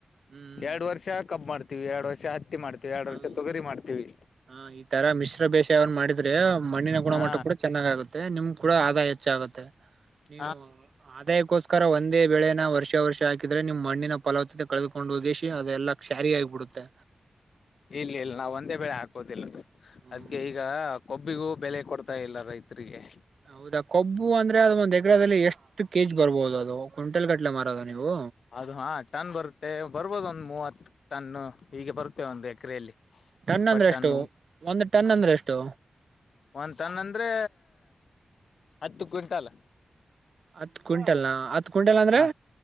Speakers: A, on the right; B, on the left.
A: ಹ್ಮ್
B: ಎರಡ್ ವರ್ಷ ಕಬ್ ಮಾಡ್ತೀವಿ ಎರಡ್ ವರ್ಷ ಹತ್ತಿ ಮಾಡ್ತೀವಿ ಎರಡ್
A: ಹಾ
B: ವರ್ಷ ತೊಗರಿ ಮಾಡ್ತೀವಿ.
A: ಹಾ ಹಿಂಗ್ ತರ ಮಿಶ್ರ ಬೇಶಾವನ್ ಮಾಡಿದ್ರೆ ಮಣ್ಣಿನ ಗುಣಮಟ್ಟ
B: ಹಾ
A: ಕೂಡ ಚೆನ್ನಾಗ ಆಗುತ್ತೆ ನಿಮ್ ಕೂಡ ಆದಾಯ ಹೆಚ್ಚಾಗುತ್ತೆ.
B: <unintelligible>
A: ನೀವು ಆದಾಯಕ್ಕೋಸ್ಕರ ರ ಒಂದೇ ಬೆಳೆನ ವರ್ಷ ವರ್ಷ ಹಾಕಿದ್ರ ನೀವು ಮಣ್ಣಿನ್ ಫಲವತ್ತತೆ ಕಳೆಕೊಂಡು ಹೋಗಿಶಿ ಅದೆಲ್ಲ ಕ್ಯಾರಿ ಆ ಬಿಡುತ್ತೆ.
B: ಇಲ್ಲ ಇಲ್ಲ ನಾವ ಒಂದೇ ಬೆಳೆ ಹಾಕೋದಿಲ್ಲ
A: ಹ್ಮ್
B: ಅದ್ಕೆ ಈಗ ಕೊಬ್ಬಿಗೂ ಬೆಲೆ ಕೊಡ್ತಾ ಇಲ್ಲ ರೈತರಿಗೆ.
A: ಹೌದಾ ಕೊಬ್ಬು ಅಂದ್ರೆ ಅದು ಒಂದು ಎಕರದಲ್ಲಿ ಎಷ್ಟು ಷ್ಟೂ ಕೆಜಿ ಬರ್ಬಹುದು ಅದು ಕ್ವಿಂಟಲ್ ಗಟ್ಲೆ ಮಾರೋದ ನೀವು?
B: ಅದು ಹಾ ಟನ್ ಬರುತ್ತೆ ಬರ್ಬೋದು ಒಂದ್ ಮೂವತ್ತು ಟನ್ನು ಈಗೆ ಬರುತ್ತೆ ಒಂದ್ ಎಕರೆಯಲ್ಲಿ.
A: ಟನ್
B: ಇಪ್ಪತ್
A: ಅಂದ್ರೆ
B: ಟನ್ನು
A: ಎಷ್ಟು ಒಂದು ಟನ್ ಅಂದ್ರೆ ಎಷ್ಟು?
B: ಒಂದು ಟನ್ ಅಂದ್ರೆ ಹತ್ತು ಕ್ವಿಂಟಲ್.
A: ಹತ್ ಕ್ವಿಂಟಲ್ ಹತ್ ಕ್ವಿಂಟಲ್ ಅಂದ್ರೆ?
B: ಹ